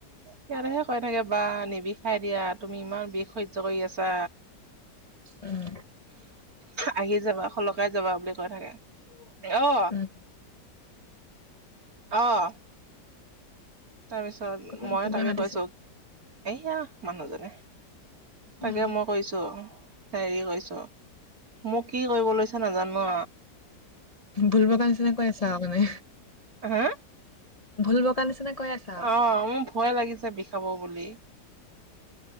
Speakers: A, on the right; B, on the left.
A: সিহঁতেহে কয় থাকে বা নিবিষাই দিয়া তুমি ইমান বিষ সহ্য কৰি আছা।
B: উম
A: আহি যাবা খোলকাই যাবা বুলি কৈ থাকে। অ
B: উম
A: আহ তাৰপিছত
B: কোনোবা
A: মই
B: কোনোবাই
A: তাকে
B: মাতিছে
A: কৈছো এয়া মানুহজনে তাকে
B: অ
A: মই কৈছো। হেৰি কৈছো মোক কি কৰিব লৈছে নাজানো
B: ভুলবকাৰ নিচিনা কৈ আছা মানে।
A: হা
B: ভুল বকা নিচিনা কৈ আছা আৰু
A: অ', মোৰ ভয় লাগিছে বিষাব বুলি।